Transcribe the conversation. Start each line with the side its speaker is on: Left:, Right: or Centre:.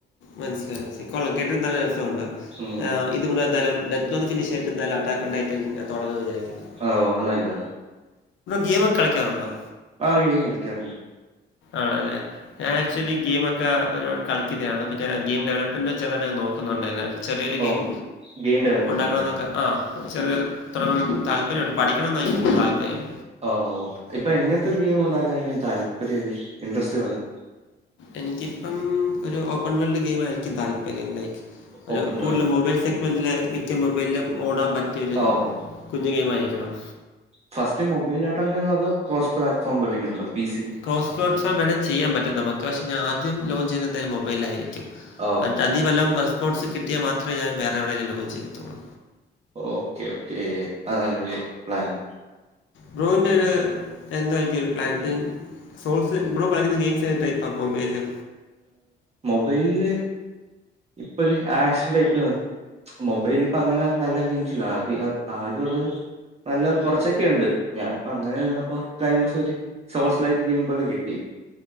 Left: മനസ്സിലായി മനസിലായി കൊള്ളാം കേട്ടിട്ട് നല്ല രസമുണ്ട്
Right: ഉം
Left: ഇതുകൊണ്ട്ന്താലും <unintelligible> എന്താലും അറ്റാക്ക ഉണ്ടായിട്ട് തുടങ്ങന്ന് വിചാരിക്കണു
Right: ഓ നല്ലതാണ്
Left: ഗെയിം ഒക്കെ കളിക്കാറുണ്ടോ
Right: ആഹ് ഗെയിം കളിക്കാറുണ്ട്
Left: ആണല്ലേ ഞാ ആക്ച്വലി ഗെയിം ഒക്കെ ഒരാൾ കളിക്കുന്നയാണ് പിന്നെ ഗെയിം ഡെലപ്മെന്റും ചില നോക്കുന്നുണ്ട് ചെറിയൊരു ഗെയിം
Right: ഓ ഗെയിം ഡെവലപ്പിംഗ്
Left: ഉണ്ടാക്കണം
Right: അല്ലേ
Left: എന്നൊക്കെ ആഹ് ചെറിയ തുടങ്ങാൻ താല്പര്യുണ്ട് പഠ എനിക്ക് താല്പര്യം
Right: ഓ ഇപ്പൊ എങ്ങനത്തെ ഒരു ഗെയിം ഉണ്ടാക്കാനായിരിക്കും താല്പര്യം ഇൻട്രസ്റ്റ് പോലെ
Left: എനിക്കിപ്പം ഒരു ഓപ്പൺ വേൾഡ് ഗെയിം ആയിരിക്കും താല്പര്യം ലൈക്ക് ഒരു
Right: ഓപ്പൺ
Left: കൂടുതല്
Right: വേൾഡ്
Left: മൊബൈൽ സെഗ്മെന്റില് മിക്ക മൊബൈലിലും ഓടാൻ പറ്റിയൊരു
Right: ഓ ഓ
Left: കുഞ്ഞു ഗെയിം ആയിരിക്കണം
Right: ഫസ്റ്റ് മൊബൈലോട്ടാണോ അതോ <unintelligible> പ്ലാറ്റ്ഫോം പോല്ലെന്തെങ്കി ഉണ്ടോ പി സി
Left: <unintelligible> വേണേ ചെയ്യാൻ പറ്റും നമുക്ക് പക്ഷെ ഞാനാദ്യം ലോഞ്ച് ചെയ്യുന്നത് ഒരു മൊബൈലിലായിരിക്കും
Right: ഓക്കെ
Left: എന്നിട്ടതീ വലം റെസ്പോൺസ് കിട്ടിയാൽ മാത്രമേ ഞാൻ വേറെ എവിടേങ്കിലും ലോഞ്ച് ചെയ്യത്തുള്ളൂ
Right: ഓക്കേ ഓക്കേ അത് നല്ലൊരു പ്ലാനാണ്
Left: ബ്രോയിൻ്റെ ഒരു എന്തായിരിക്കും ഒരു പ്ലാനിങ് സോൾസ് എപ്പോഴും കളിക്കുന്ന ഗെയിംസ് ഏത് ടൈപ്പാണ് മൊബൈൽല്
Right: മൊബൈലില് ഇപ്പൊ ഒരു ആക്ഷൻ ടൈപ്പ് മൊബൈൽല് ഇപ്പ അങ്ങനെ നല്ല ഗെയിംസില്ല ആകെ ആകെയുള്ളത് നല്ല കുറച്ചൊക്കെ ഉണ്ട് ഞാനിപ്പോ അങ്ങനെ നിന്നപ്പോ കഴിഞ്ഞ ദിവസം ഒരു സോർസ് ലൈക്ക് ഗെയിം പോലെ കിട്ടി